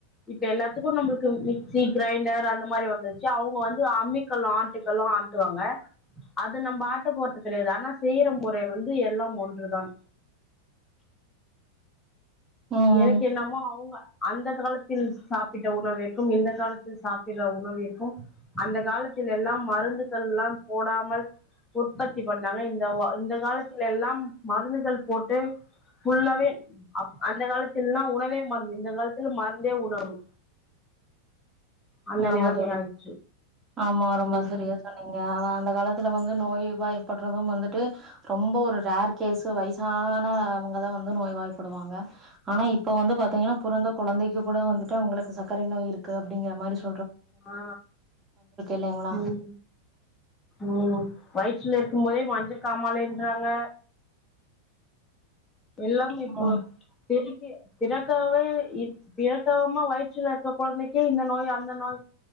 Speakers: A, on the left (about 15°); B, on the right (about 20°).
A: இப்ப எல்லாத்துக்கும் நம்மளுக்கு மிக்சி கிரைண்டர் அந்த மாதிரி வந்துச்சு அவங்க வந்து அம்மிக்கல்லு ஆட்டுக்கல்லு ஆட்டுவாங்க அது நம்ம ஆட்ட போறது கிடையாது ஆனா செய்யற முறை வந்து எல்லாம் ஒன்றுதான்
B: ம்
A: எனக்கு என்னமோ அவங்க அந்த காலத்தில் சாப்பிட்ட உணவு இருக்கும் இந்த காலத்தில் சாப்பிடுற உணவு இருக்கும் அந்த காலத்தில் எல்லாம் மருந்துகள்ல்லாம் போடாமல் உற்பத்தி பண்ணாங்க இந்த இந்த காலத்தில் எல்லாம் மருந்துகள் போட்டு ஃபுல்லாவே ஆப் அந்த காலத்தில்லலா உணவே மருந்து இந்த காலத்துல மருந்தே உணவு அந்த
B: ஆமா
A: நிலைமை
B: தோழி
A: ஆயிடுச்சு
B: ஆமா ரொம்ப
A: ம்
B: சரியா சொன்னீங்க அந்த காலத்துல வந்து நோய்வாய்ப்படுறது வந்துட்டு ரொம்போ ஒரு ரேர் கேஸ் வயசானவங்கதா வந்து நோய்வாய்படுவாங்க ஆனா இப்ப வந்து பாத்தீங்கனா புறந்த குழந்தை <unintelligible> கூட வந்துட்டு அவுங்களுக்கு சர்க்கரை நோய் இருக்கு அப்படிங்கிற மாரி சொல்லி
A: ஆ
B: இல்லைங்களா
A: ம் ம் வயிற்றுல இருக் பிறக்கும்போதே மஞ்சள் காமாலைன்றாங்க எல்லாமே இப்போ
B: ம்.
A: பெரிப் திறக்கவே திறக்காம வயிற்றுல இருக்க கொழந்தைக்கே இந்த நோய் அந்த நோய்